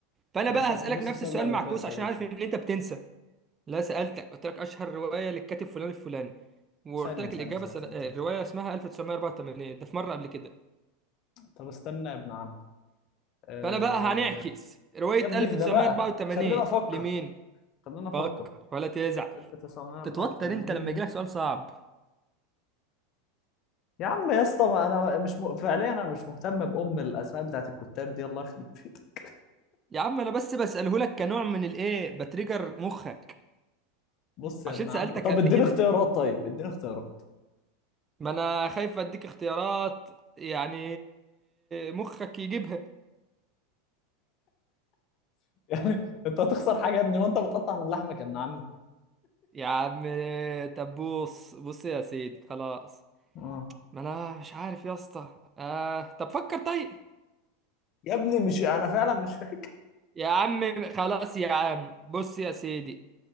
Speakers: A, on the right; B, on the left.
A: فانا
B: انت
A: بقى
B: ما سألتنيش
A: هسالك نفس
B: السؤال
A: السؤال
B: ده قبل
A: معكوس
B: كده تقريبا
A: عشان عارف ان انت بتنسى لا سألتك قلت لك أشهر رواية للكاتب فلان الفلاني وقلت
B: ثانية
A: لك
B: ثانية
A: الإجابة
B: ثانية
A: سنة...
B: ثانية,
A: آه،
B: ثانية.
A: الرواية اسمها 1984 ده في مرة قبل كده
B: طب استنى يا ابن عم أه...
A: فأنا بقى هنعكس رواية
B: يا ابني
A: 1984
B: اهدى بقى خلينا افكر
A: لمين؟
B: خلينا افكر
A: فكر ولا تزعل
B: 1984
A: تتوتر أنت لما يجيلك سؤال صعب
B: يا عم يا اسطى ما انا مش م... فعليا انا مش مهتم بام الاسماء بتاعت الكتاب دي الله يخرب بيتك
A: يا عم أنا بس بسأله لك كنوع من الإيه بتريجر مخك
B: بص يا
A: عشان
B: ابن
A: سألتك
B: عم طب
A: قبل
B: اديني
A: كده
B: اختيارات طيب اديني اختيارات
A: ما أنا خايف أديك اختيارات يعني مخك يجيبها
B: <laughs> يعني انت هتخسر حاجه يا ابني وانت بتقطع من لحمك يا ابن عمي
A: يا عم طب بص بص يا سيدي خلاص
B: اه
A: ما انا مش عارف يا اسطى آه طب فكر طيب
B: يا ابني مش انا فعلا مش فاكر
A: يا عم خلاص يا عم بص يا سيدي